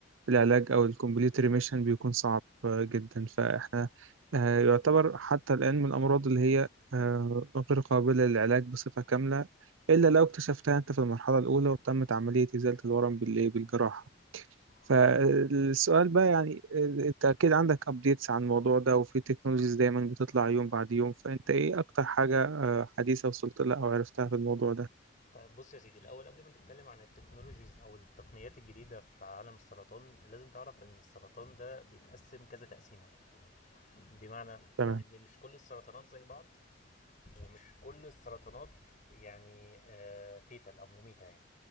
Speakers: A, on the right; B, on the left.
A: العلاج او الكومبليت ريميشن بيكون صعب آه، جدا فاحنا آه يعتبر حتى الان من الامراض اللي هي آه غير قابلة للعلاج بصفة كاملة إلا لو اكتشفتها أنت في المرحلة الأولى وتمت عملية إزالة الورم بالإيه بالجراحة فالسؤال
B: تمام
A: بقى يعني انت اكيد عندك ابديتس عن الموضوع ده وفي تكنولوجيز دايما بتطلع يوم بعد يوم فانت ايه اكتر حاجة آه، حديثة وصلت لها او عرفتها في الموضوع ده
B: طيب بص يا سيدي الاول قبل ما نتكلم عن التكنولوجيز او التقنيات الجديده في عالم السرطان لازم تعرف ان السرطان ده بيتقسم كذا تقسيمه بمعنى
A: تمام
B: ان مش كل السرطانات زي بعض ومش كل السرطانات يعني آه فيتال او مميته يعني.